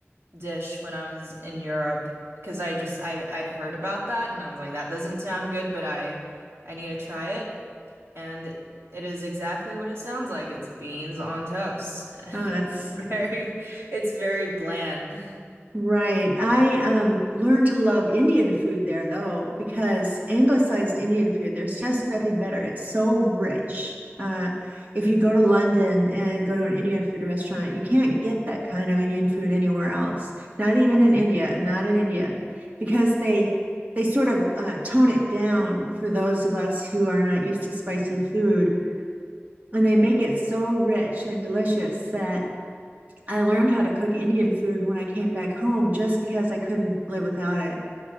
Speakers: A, on the right; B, on the right.
A: dish when I was in Europe because I just I I'd heard about that and I was like that doesn't sound good but I I need to try it and it is exactly what it sounds like it's beans on toast <laughs>
B: Oh, that's
A: it's very it's very bland
B: Right. I um learned to love Indian food there though, because anglicized Indian food, there's just nothing better. It's so rich. Uh, if you go to London and go to an Indian food restaurant, you can't get that kind of Indian food anywhere else. Not even in India, not in India, because they they sort of uh, tone it down for those of us who are not used to spicy food, and they make it so rich and delicious that I learned how to cook Indian food when I came back home just because I couldn't live without it.